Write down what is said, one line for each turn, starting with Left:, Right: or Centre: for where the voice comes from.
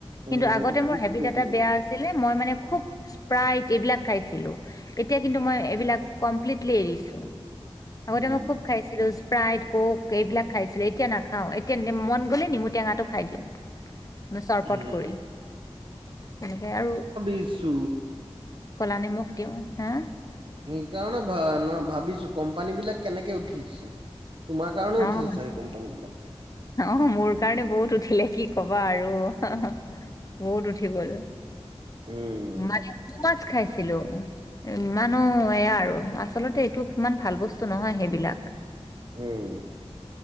Right: অ
Left: কিন্তু আগতে
Right: এইটো বুষ্ট
Left: মোৰ হেবিট
Right: কৰি
Left: এটা
Right: দিয়ে বডি।
Left: বেয়া আছিলে মই মানে খুব। প্ৰায় এইবিলাক খাইছিলো এতিয়া কিন্তু মই এইবিলাক কমপ্লিটলি এৰিছোঁ। আগতে
Right: উম।
Left: মই খুব খাইছিলো স্প্ৰাইট কক এইবিলাক খাইছিলো এতিয়া নাখাওঁ এতিয়া। মন গ'লে নিমুটেঙাটো খাই দিওঁ। চৰবত
Right: উম
Left: কৰি তেনেকে আৰু।
Right: কিছু।
Left: কলা নিমখ দিওঁ হা।
Right: সেইকাৰণে ভা নহ ভাবিছোঁ কোম্পানী বিলাক কেনেকে উঠিছে তোমাৰ কাৰণে
Left: অ',
Right: উঠিছে। কোম্পানী বিলাক।
Left: অ মোৰ কাৰণে বহুত উঠিলে কি কবা আৰু বহুত উঠি গ'ল।
Right: উম।
Left: মানে কি মাছ খাইছিলোঁ। ইমানো এয়া আৰু আচলতে এইটো ইমান ভাল বস্তু নহয় সেইবিলাক।
Right: উম।